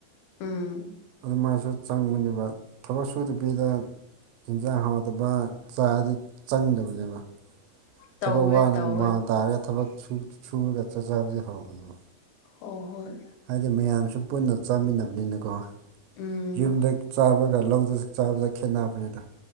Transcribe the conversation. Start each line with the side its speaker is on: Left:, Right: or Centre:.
Left: ꯎꯝ
Right: ꯑꯗꯨꯃꯥꯏꯅꯁꯨ ꯆꯪꯕꯅꯦꯕ ꯊꯕꯛ ꯁꯨꯗ ꯕꯤꯗ ꯍꯤꯟꯖꯥꯡ ꯍꯥꯎꯠꯇꯕ ꯆꯥꯗꯤ ꯆꯪꯗꯕꯅꯦꯕ
Left: ꯇꯧꯋꯦ
Right: ꯊꯕꯛ ꯋꯥꯅ
Left: ꯇꯧꯋꯦ
Right: ꯎꯃꯡ ꯇꯥꯔꯒ ꯊꯕꯛ ꯁꯨꯔꯒ ꯆꯠ ꯆꯕꯗꯤ ꯍꯧꯔꯕꯅꯦꯕ
Left: ꯍꯣꯏ ꯍꯣꯏ
Right: ꯍꯥꯏꯗꯤ ꯃꯌꯥꯝꯁꯨ ꯄꯨꯟꯅ ꯆꯥꯃꯤꯟꯅꯕꯅꯤꯅꯀꯣ
Left: ꯎꯝ
Right: ꯌꯨꯝꯗ ꯆꯥꯕꯒ ꯂꯧꯗ ꯆꯥꯕꯗ ꯈꯦꯠꯅꯕꯅꯤꯗ